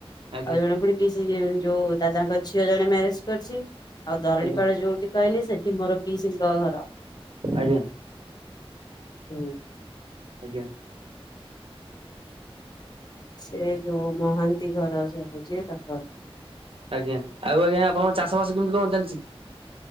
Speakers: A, on the right (about 65°); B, on the left (about 40°).
A: ଆଜ୍ଞା
B: ଆଉ ଜଣେ ପୁଣି ପିଇସି ଯେ-ଯୋଉ ଦାଦାଙ୍କ ଝିଅ ଜଣେ ମ୍ୟାରେଜ କରିଛି। ଆଉ ଦରିଡ଼ିପାଳ
A: ଆଜ୍ଞା
B: ଯୋଉଠି କହିଲି, ସେଠି ମୋର ପିଇସିଙ୍କ ଘର।
A: ଆଜ୍ଞା।
B: ହୁଁ।
A: ଆଜ୍ଞା।
B: ସେ ଯୋଉ ମହାନ୍ତି ଘର ସବୁ ଯିଏ ତାଙ୍କର।
A: ଆଜ୍ଞା। ଆଉ ଆଜ୍ଞା ଆପଣଙ୍କ ଚାଷବାସ କେମିତି କଣ ଚାଲିଚି?